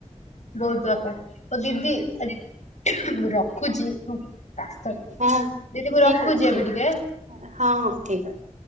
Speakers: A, on the left; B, on the right.
A: ବହୁତ୍ ଦରକାର ହଉ ଦିଦି ଆ ମୁଁ ର ରଖୁଚି କାଶ ଦିଦି
B: ହଁ
A: ମୁଁ
B: ଠିକ
A: ରଖୁଚି
B: ଅଛି ଠିକ
A: ଏବେ ଟିକେ।
B: ହଁ ହଁ ଠିକ ଅଛି।